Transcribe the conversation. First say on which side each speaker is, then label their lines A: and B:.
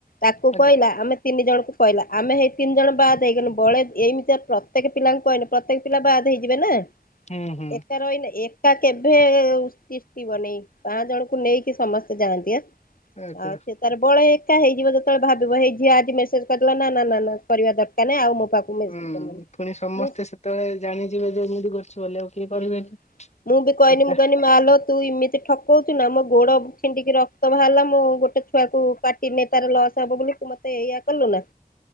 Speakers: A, on the left (about 80°); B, on the left (about 50°).
A: ତାକୁ
B: ଆଜ୍ଞା
A: କହିଲା ଆମେ। ତିନି ଜଣଙ୍କୁ କହିଲା ଆମେ ହେଇ ତିନି ଜଣ ବାଦ ହେଇଗନୁ ବଳେ ଏମିତିଆ ପ୍ରତ୍ୟେକ ପିଲାଙ୍କୁ କହିନେ ପ୍ରତ୍ୟେକ ପିଲା ବାଦ ହେ ହେଇଯିବେ ନା
B: ହୁଁ ହୁଁ
A: ଏକା ରହିନେ ଏ ଏକା କେବେ ତିଷ୍ଠିବନି ପାଁ ଜଣଙ୍କୁ ନେଇକି ସମସ୍ତେ ଯାଆନ୍ତି ଆଁ।
B: ଆଜ୍ଞା
A: ଆଉ ସେ ତାର ବଳେ ଏକା ହେଇଯିବ ଯେତେବେଳେ ଭାବିବ ହେଇ ଝିଅ ଆ ମେସେଜ୍ କରିଦେଲା ନା ନା ନା ନା କରିବା ଦରକାର ନାଇଁ ଆଉ ମୋ ପାଖକୁ ମେସେଜ
B: ହୁଁ
A: କରିବନି
B: ଫୁଣି ସମସ୍ତେ
A: ମୁଁ
B: ସେତେବେଳେ ଜାଣି ଯିବେ ଯେ ଏମିତି କରୁଛୁ ବୋଲି ଆଉ। କିଏ କରିବେନି।
A: ହୁଁ ମୁଁ ବି କହିନି
B: ଏକା
A: ମୁଁ କହିନି ମା ଲୋ ତୁ ଇମିତି ଠକୋଉଚୁ ନା ମୋ ଗୋଡ। ଛିଣ୍ଡିକି ରକ୍ତ ବାହାରିଲା ମୁଁ ଗୋଟେ ଛୁଆକୁ କାଟିନି ତାର ଲସ। ତାବ ବୋଲି ତୁ ମତେ ଏଇୟା କଲୁ ନା